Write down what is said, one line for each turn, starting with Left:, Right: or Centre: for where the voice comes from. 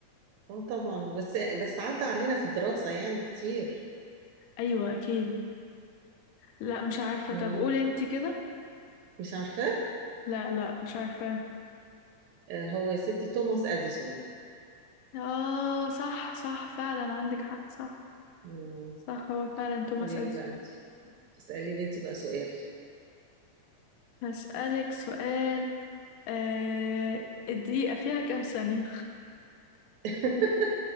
Right: اه طبعا بس بس عدى علينا في الدراسة يعني كتير
Left: ايوه اكيد لا مش عارفه
Right: مم.
Left: طب قولي انت كده
Right: مش عارفة
Left: لا لا مش عارفه
Right: آه، هو يا ستي توماس أديسون
Left: اه صح صح فعلا عندك حق صح
Right: مم.
Left: صح هو فعلا توماس
Right: قولي
Left: اديسون
Right: لي بقى أنت اسألي لي أنت بقى سؤال
Left: هسألك سؤال آه الدقيقة فيها كام ثانية؟
Right: <laughs>